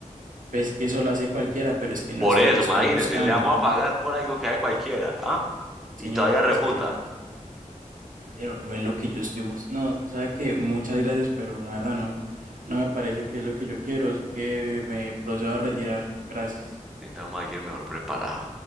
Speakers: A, on the right; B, in the centre.
A: Pues es que eso lo hace cualquiera, pero es que no
B: Por
A: es
B: eso,
A: lo que estoy
B: imagínese,
A: buscando.
B: le vamos a pagar por algo que haga cualquiera, ¿ah? Y
A: Señor,
B: todavía
A: pero
B: refuta.
A: es que Caballero, no es lo que yo estoy buscando. No, sabe que muchas gracias, pero la verdad no, no me parece que es lo que yo quiero, así que me procedo a retirar. Gracias.
B: Necesitamos a alguien mejor preparado.